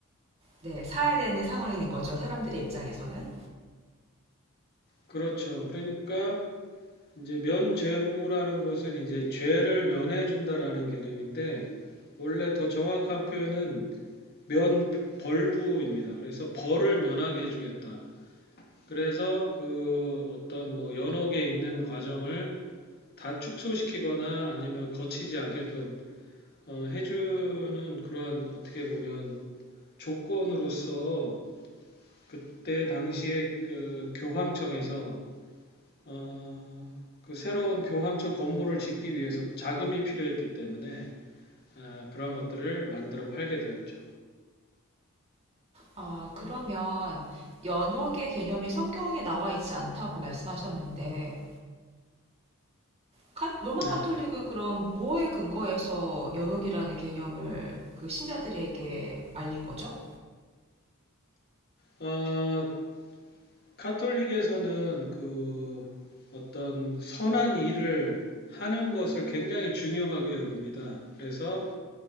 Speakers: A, on the right (about 30°); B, on the left (about 50°).
A: 네, 사야 되는 상황이 된 거죠. 사람들의 입장에서는.
B: 그렇죠. 그러니까 이제 면죄부라는 것은 이제 죄를 면해준다라는 개념인데 원래 더 정확한 표현은 면벌부입니다. 그래서 벌을 면하게 해주겠다. 그래서 그 어떤 뭐 연옥에 있는 과정을 다 축소시키거나 아니면 거치지 않게끔 어, 해주는 그러한 어떻게 보면 조건으로서 그때 당시에 그 교황청에서 어, 그 새로운 교황청 건물을 짓기 위해서 자금이 필요했기 때문에 아, 그런 것들을 만들어 팔게 되었죠.
A: 아, 그러면 연옥의 개념이 성경에 나와 있지 않다고 말씀하셨는데, 카- 로마
B: 네.
A: 카톨릭은 그럼 뭐에 근거해서 연옥이라는 개념을 그 신자들에게 알린 거죠?
B: 어, 카톨릭에서는 그 어떤 선한 일을 하는 것을 굉장히 중요하게 여깁니다. 그래서